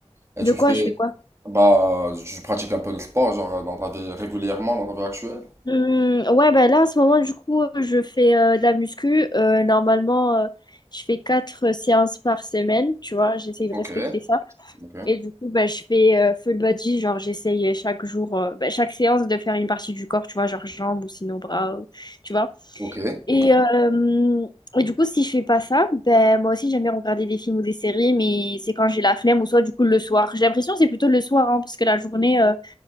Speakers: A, on the right; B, on the left.
A: Et
B: De
A: tu
B: quoi
A: fais,
B: je fais quoi?
A: bah, tu pratiques un peu de sport, genre dans ta vie régulièrement, dans ta vie actuelle?
B: Hum, ouais, ben là, en ce moment, du coup, je fais euh, de la muscu. Euh, normalement, euh, je fais quatre euh, séances par semaine, tu vois, j'essaye
A: Ok,
B: de respecter ça.
A: ok,
B: Et du coup, ben je fais euh, full body, genre, j'essaye chaque jour, euh, bah, chaque séance de faire une partie du corps, tu vois, genre jambes ou sinon bras, ou- tu vois.
A: ok,
B: Et,
A: ok.
B: euh, et du coup, si je fais pas ça, ben moi aussi, j'aime bien regarder des films ou des séries, mais c'est quand j'ai la flemme ou soit, du coup, le soir. J'ai l'impression que c'est plutôt le soir, hein, parce que la journée. euh,